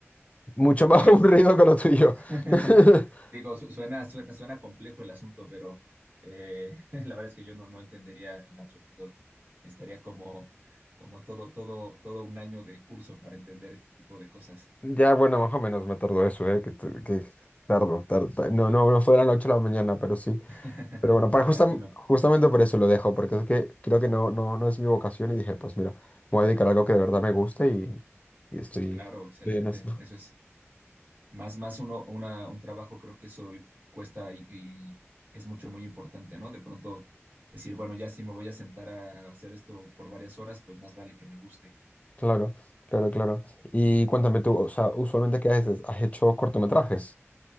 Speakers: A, on the left; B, on the right.
A: Mucho
B: ok,
A: más <laughs> aburrido
B: sí.
A: que lo tuyo.
B: <laughs>
A: <laughs>
B: Digo, su- suena, suena, suena complejo el asunto, pero eh, <laughs> la verdad es que yo no, no entendería en absoluto. Estaría como, como todo, todo, todo un año de curso para entender este tipo de cosas.
A: Ya, bueno, más o menos me tardó eso, ¿eh? Que, t- que tardo, tardo, ta- No, no, no fue a las 8 de la noche a la mañana, pero sí.
B: <laughs>
A: Pero bueno, para
B: Me imagino.
A: justam- justamente por eso lo dejo, porque es que creo que no, no, no es mi vocación y dije, pues mira, me voy a dedicar a algo
B: Ok,
A: que de verdad me guste y, y estoy,
B: Claro, excelente.
A: estoy en eso.
B: Eso es. Más, más uno, una, un trabajo, creo que eso i- cuesta y, y es mucho, muy importante, ¿no? De pronto decir, bueno, ya si me voy a sentar a hacer esto por varias horas, pues más vale que me guste.
A: Claro, claro, claro. Y cuéntame tú, o sea, usualmente ¿qué haces? ¿Has hecho cortometrajes?